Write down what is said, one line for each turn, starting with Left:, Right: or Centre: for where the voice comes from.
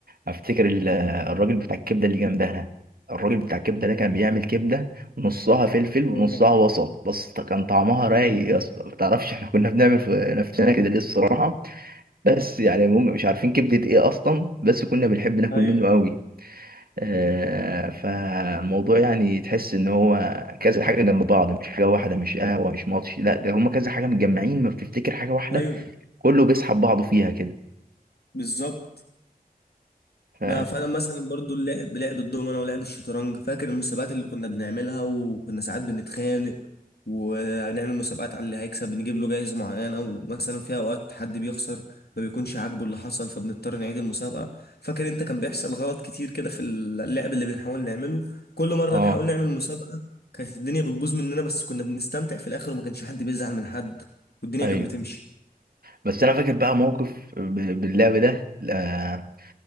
Right: افتكر ال- آه، الراجل بتاع الكبده اللي جنبها ده. الراجل بتاع الكبده ده كان بيعمل كبده نصها فلفل ونصها
Left: آه،
Right: بصل بس كان طعمها رايق يا اسطى ما تعرفش احنا كنا بنعمل في نفسنا كده ليه الصراحه بس يعني مم- مش عارفين كبده ايه اصلا بس كنا بنحب ناكل
Left: ايوه
Right: منه قوي آه فالموضوع يعني تحس ان هو كذا حاجه جنب بعض مش حاجه واحده مش قهوه مش ماتش لا ده هما كذا حاجه متجمعين ما بتفتكر حاجه واحده
Left: ايوه
Right: كله بيسحب بعضه فيها كده
Left: بالظبط
Right: ف...
Left: بقى فانا مثلا برضو اللعب لعب الدومنه ولعب الشطرنج فاكر المسابقات اللي كنا بنعملها وكنا ساعات بنتخانق ونعمل مسابقات على اللي هيكسب نجيب له جايزه معينه ومثلا في اوقات حد بيخسر ما بيكونش عاجبه اللي حصل فبنضطر نعيد المسابقه فاكر انت كان بيحصل غلط كتير كده في اللعب اللي بنحاول نعمله كل مره
Right: اه
Left: نحاول نعمل مسابقه كانت الدنيا بتبوظ مننا بس كنا بنستمتع في الاخر وما كانش حد بيزعل من حد والدنيا
Right: ايوه
Left: كانت بتمشي
Right: بس انا فاكر بقى موقف ب- باللعب ده آه،